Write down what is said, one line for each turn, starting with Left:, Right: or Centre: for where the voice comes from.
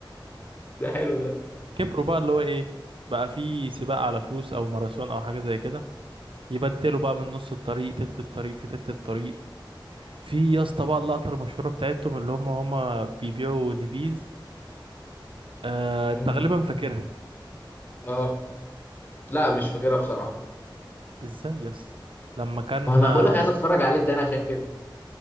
Left: ده حلو ده
Right: كبروا بقى اللي هو ايه بقى في سباق على فلوس او ماراثون او حاجه زي كده يبدلوا بقى من نص الطريق تلت الطريق في تلت الطريق في يا اسطى بقى اللقطه المشهوره بتاعتهم اللي هم هم بيبيعوا نبيذ آه
Left: امم
Right: تقريبا فاكرها
Left: اه لا مش فاكرها بصراحه
Right: ازاي يا اسطى لما كان
Left: وانا
Right: آه،
Left: بقول لك عايز اتفرج عليه تاني عشان كده